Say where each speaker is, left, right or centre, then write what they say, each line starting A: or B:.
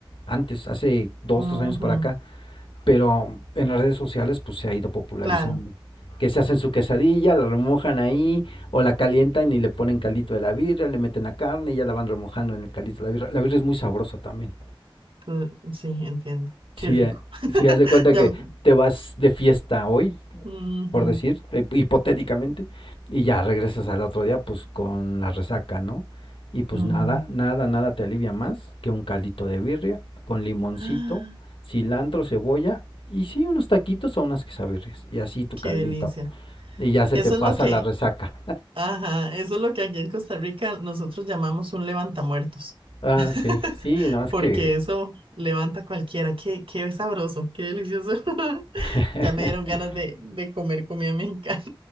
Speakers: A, on the left; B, on the right.
A: Antes, hace dos,
B: Ujú,
A: tres años para acá, pero en las redes sociales pues se ha ido popularizando.
B: Claro,
A: Que se hacen su quesadilla, la remojan ahí, o la calientan y le ponen caldito de la birra, le meten la carne y ya la van remojando en el caldito de la birra. La birra es muy sabrosa también.
B: cl- sí, entiendo. Qué
A: Si,
B: rico.
A: eh,
B: <laughs>
A: si haz de cuenta
B: Ya,
A: que
B: m-
A: te vas de fiesta hoy
B: ujú,
A: por decir, eh, hipotéticamente, y ya regresas al otro día pues con la resaca, ¿no? Y pues
B: ujú.
A: nada, nada, nada te alivia más que un caldito de birria con limoncito,
B: <gasps> Ah,
A: cilantro, cebolla y sí unos taquitos o unas quesabirrias y así tu
B: Qué
A: caldito
B: delicia.
A: y ya se
B: Eso
A: te pasa
B: es lo que,
A: la resaca.
B: ajá, eso es lo que aquí en Costa Rica nosotros llamamos un levantamuertos.
A: Ah,
B: <laughs>
A: sí, sí, no es
B: Porque
A: que
B: eso levanta a cualquiera. Qué, qué sabroso, qué delicioso. <laughs>
A: <laughs>
B: Ya me dieron ganas de, de comer comida mexicana.